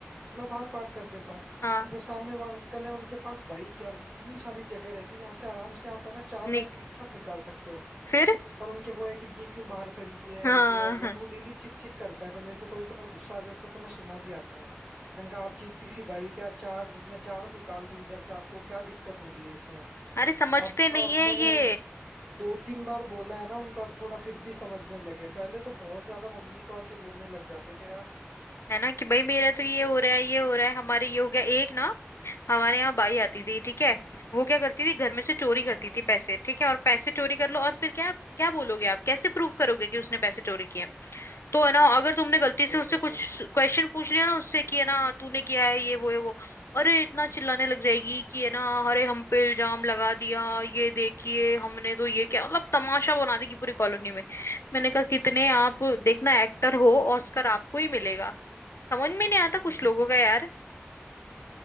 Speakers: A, on the right; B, on the left.
A: तो मैं बाहर पार्क कर देता हूँ
B: हाँ
A: फिर वो सामने वो अंकल है उनके पास बाइक है और इतनी सारी जगह रहती है जहाँ से आराम से आप है ना चार बाइक
B: निक
A: एक साथ निकाल सकते हो
B: फिर
A: पर उनके वो है कि ये क्यों बाहर खड़ी है
B: हाँ
A: ये और वो तो वो डेली चिक चिक करता है तो मेरे को कभी कभार गुस्सा आ जाता है तो तो मैं सुना भी आता हूँ मैंने कहा आपकी इतनी सी बाइक है आप चार मैं चार निकाल दूं इधर से आपको क्या दिक्कत हो रही है इसमें
B: अरे समझते
A: अब
B: नहीं
A: अब
B: है
A: मैंने
B: ये
A: दो तीन बार बोला है ना उनको अब थोड़ा फिर भी समझने लगे पहले तो बहुत ज्यादा मम्मी को आके बोलने लग जाते थे यार
B: है ना कि भाई मेरा तो ये हो रहा है ये हो रहा है हमारे ये हो गया एक ना हमारे यहाँ बाई आती थी ठीक है वो क्या करती थी घर में से चोरी करती
A: हम्म हम्म,
B: थी पैसे ठीक है और पैसे चोरी कर लो और फिर क्या क्या बोलोगे आप कैसे प्रूव करोगे कि उसने पैसे चोरी किए तो है ना अगर तुमने गलती
A: वो
B: से उससे
A: तो है
B: कुछ क्वेश्चन पूछ लिया ना उससे कि है ना तूने किया है ये वो है वो अरे इतना चिल्लाने लग जाएगी कि है ना अरे हम पे इल्जाम लगा दिया ये देखिए हमने तो ये क्या मतलब तमाशा बना देगी पूरी कॉलोनी में मैंने कहा कितने आप देखना एक्टर हो ऑस्कर आपको ही मिलेगा समझ में नहीं आता कुछ
A: <laughs>
B: लोगों का यार